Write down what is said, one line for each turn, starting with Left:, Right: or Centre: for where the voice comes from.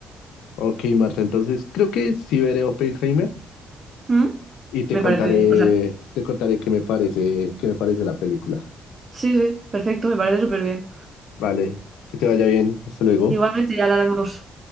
Left: Ok, Marta, entonces creo que sí veré Oppenheimer.
Right: ¿Mm?
Left: y te
Right: Me
Left: contaré,
Right: parece bien. O sea,
Left: te contaré qué me parece, qué me parece la película.
Right: sí, sí, perfecto, me parece súper bien.
Left: Vale, que te vaya bien. Hasta luego.
Right: Igualmente ya hablaremos.